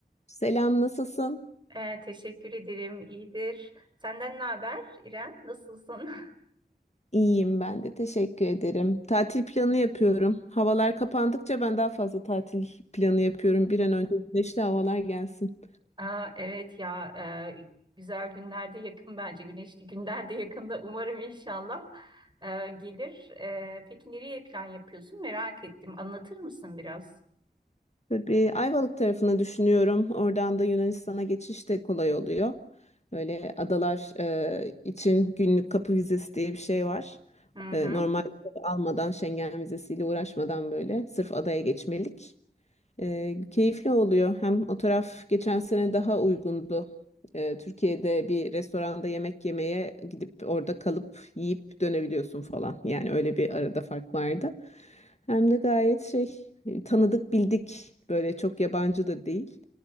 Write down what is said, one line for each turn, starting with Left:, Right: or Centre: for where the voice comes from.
Left: Selam, nasılsın?
Right: Ee, teşekkür ederim. İyidir. Senden ne haber İrem? Nasılsın?
Left: İyiyim ben de, teşekkür ederim. Tatil planı yapıyorum. Havalar kapandıkça ben daha fazla tatil planı yapıyorum. Bir an önce güneşli havalar gelsin.
Right: <laughs> Aa, evet ya e, güzel günlerde yakın bence. Güneşli günlerde <laughs> yakında umarım inşallah e, gelir. E, peki nereye plan yapıyorsun? Merak ettim. Anlatır mısın biraz?
Left: Tabii Ayvalık tarafını düşünüyorum. Oradan da Yunanistan'a geçiş de kolay oluyor. Böyle adalar e, için günlük kapı vizesi diye bir şey var.
Right: Hı hı.
Left: E, normal almadan Schengen vizesiyle uğraşmadan böyle sırf adaya geçmelik. Ee, keyifli oluyor. Hem o taraf geçen sene daha uygundu. Ee, Türkiye'de bir restoranda yemek yemeye gidip orada kalıp yiyip dönebiliyorsun falan. Yani öyle bir arada fark vardı. Hem de gayet şey e, tanıdık bildik böyle çok yabancı da değil.